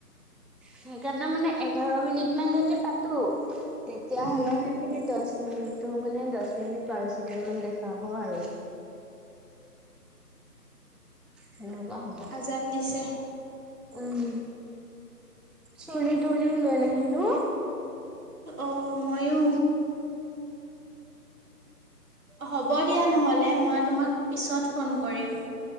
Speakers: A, in the centre; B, on the right.
A: সেইকাৰণে মানে এঘাৰ মিনিট মান যদি পাতো তেতিয়াহ'লে
B: উম
A: সেইখিনি দশ মিনিটো মানে দশ মিনিট বাৰ ছেকেণ্ড মান দেখাব আৰু। সেনেকুৱা হ'ব,
B: আজান দিছে
A: উম। চুলি তুলিও লৈ নাহিলো।
B: অ', ময়ো। হ'ব দিয়া নহ'লে, মই তোমাক পিছত ফোন কৰিম।